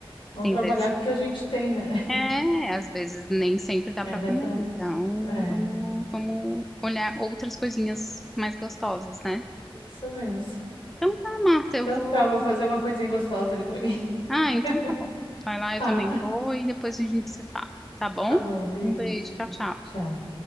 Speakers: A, on the left; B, in the centre.
A: Vamos
B: tem
A: trabalhar
B: vezes
A: com o que a gente tem, né?
B: É, às vezes nem sempre dá
A: É
B: para
A: verdade.
B: comer, então
A: É,
B: vamos, vamos olhar outras coisinhas mais gostosas, né?
A: isso mesmo.
B: Então tá, Marta, eu
A: Então
B: vou.
A: tá, vou fazer uma coisinha gostosa ali pra mim.
B: Ah, então
A: <laughs>
B: tá bom. Vai lá,
A: Tá,
B: eu também vou e depois a gente se fala, tá bom?
A: tá bom, beijo.
B: Um beijo, tchau, tchau.
A: Tchau.